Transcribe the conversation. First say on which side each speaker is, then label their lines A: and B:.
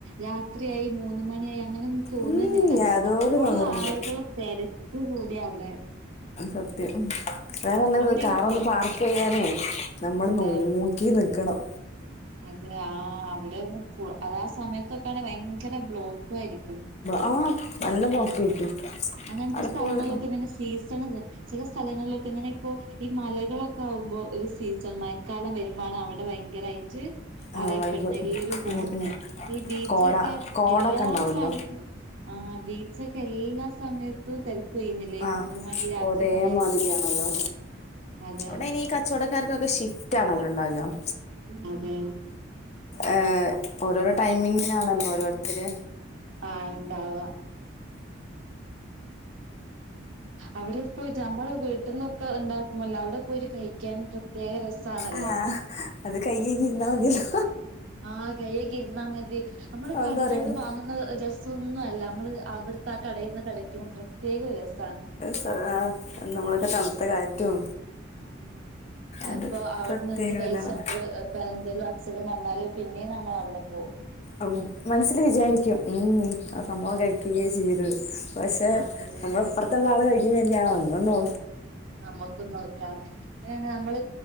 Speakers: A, on the right (about 75°); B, on the left (about 35°).
A: രാത്രിയയി ഇക്ക്മൂന്ന്മണിയായി അങ്ങനൊന്നും തോന്നുന്നില്ല
B: ഉം യാതോരു
A: അപ്പോഴും
B: തോന്നലില്ല
A: ആളുകൾ തെരക്കി കൂടി അവിടെ
B: സത്യം അത പറഞ്ഞത്
A: അവിടെയൊക്കെ
B: കാറ്
A: പോ
B: ഒന്ന് പാർക്ക് ചെയ്യാനേ നമ്മള്
A: അതെ
B: നോക്കി നിക്കണം
A: അതെ ആ അവിടെ ഒന്ന് അത് ആ സമയത്തൊക്കെആണ്ഭയങ്കര ബ്ലോക്ക്ആയിരിക്കും
B: ആ നല്ല പോക്കായിരിക്കും
A: അങ്ങനത്തെ
B: അവിടെ
A: സ്ഥലങ്ങളിലൊക്കെ
B: ഫുൾ
A: ഇങ്ങനെ സീസൺ ചില സ്ഥലങ്ങളിലൊക്കെ ഇങ്ങനെ ഇപ്പോ ഈ മലകളൊക്കെ ആകുമ്പോ ഒരു സീസൺ മഴക്കാലം വരുമ്പോാണ് അവിടെ ഭയങ്കരമായി
B: ആ
A: അറിയപ്പെടുന്ന
B: വൈബ്
A: എല്ലാവരും പോകുന്ന
B: ഉം ഉം
A: ഈ ബീച്ചൊക്കെ
B: കോട കോടൊക്കെ
A: എല്ലാ
B: ഉണ്ടാവല്ലോ
A: കാലത്തും ആ ബീച്ചൊക്കെ എല്ലാ സമയത്തും തെരക്ക് പോയിരുന്നില്ല ഈ
B: ആ
A: മൂന്ന മണി രാത്രി
B: ഒരേ
A: സമയങ്ങളിലൊക്കെ
B: മാതിരിയാണല്ലോ
A: അതെ
B: അവിടെ ഇനി ഈ കച്ചവടക്കാർക്കൊക്കെ ഷിഫ്റ്റ് ആണല്ലോ ഉണ്ടാകുക
A: അതെ
B: ഏഓരോരോ ടൈമിങ്ങിനാണല്ലോ ഓരോരുത്തര്
A: ആഹ ഇണ്ടവാ അവിടെ പോയിട്ട് നമ്മള വീട്ടിൽന്നൊക്കെ ഉണ്ടാക്കുമ്പോല്ല അവിടെ പോയിട്ട് കഴിക്കാൻ പ്രത്യേക രസണ് ഹല്ലോ
B: ആ അത് കയ്യ്കഴുകി ഇരുന്നാൽ മതില്ലോ
A: ആഹ് കയ്യ കി ഇര്ന്നാ മതി. നമ്മൾ കടകളിൽ
B: ഒന്നും അറിയാതെ
A: വാങ്ങുന്ന രസൊന്നും അല്ല നമ്മള് അവിടുത്തെ ആ കടേന്ന് കഴിക്കുമ്പോ പ്രത്യേക ഒരു രസ
B: സാ ആഹ് <unintelligible> തണുത്ത കാറ്റും
A: ഉം അതിപ്പോ
B: അത്
A: അവിടുന്ന്
B: പ്രത്യേക
A: എന്ത് കഴിച്ച്
B: ഇതാണല്ലോ
A: മ്മള് ഇപ്പ എന്തേലും അസുഖം വന്നാലും പിന്നീം നമ്മള് അവിടെ പോവും
B: ആഹ് മനസ്സില് വിചാരിക്കും ഉം ആ സംഭവം കഴിക്കേ ചെയ്യരുത് പക്ഷെ
A: ആഹ് വിചാരിക്കും
B: നമ്മടെ ഇപ്പറത്തുള്ള ആള് കഴിക്കുമ്പെ ര്ക്കും ആ ഒന്നു നോ
A: നമുക്കും നോക്കാം ന്ന്. <unintelligible> ന ഞമ്മള്